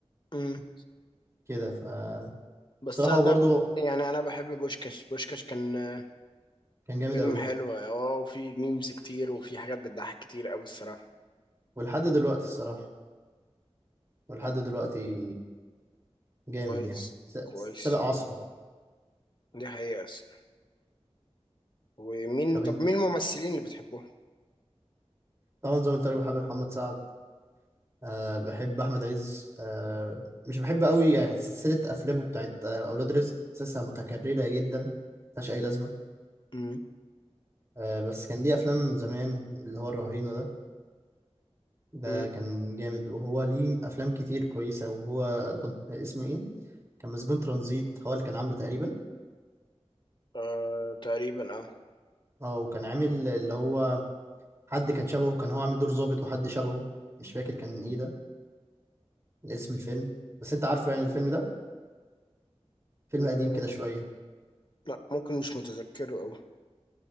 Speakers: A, on the left; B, on the right.
A: امم
B: كده ف
A: بس
B: بصراحة
A: انا
B: هو برضه
A: ب... يعني انا بحب بوشكاش بوشكاش كان آه،
B: كان جامد
A: فيلم
B: قوي
A: حلو اه وفي ميمز كتير وفي حاجات بتضحك كتير قوي الصراحة
B: ولحد دلوقتي الصراحة ولحد
A: طب
B: دلوقتي جامد
A: كويس
B: يعني س-
A: كويس
B: سابق عصره
A: دي حقيقة أصلاً. ومين
B: طب
A: طب
B: إن-
A: مين الممثلين اللي بتحبوه
B: طبعا زي ما قلت لك بحب محمد سعد أه بحب احمد عز أه مش بحب قوي يعني سلسله افلامه بتاعت آه، اولاد رزق حاسسها متكرره جدا ملهاش اي لازمه
A: امم
B: أه بس كان ليه افلام زمان اللي هو الرهينه ده ده
A: امم
B: كان جامد وهو ليه افلام كتير كويسه وهو بن- اسمه ايه كان مسجون ترانزيت هو اللي كان عامله تقريبا
A: آه تقريبا اه
B: اه وكان عامل اللي هو حد كان شبهه كان هو عامل دور ظابط وحد شبهه مش فاكر كان ايه ده اسم الفيلم بس انت عارفه يعني الفيلم ده فيلم
A: آه،
B: قديم كده شويه
A: لا ممكن مش متذكره قوي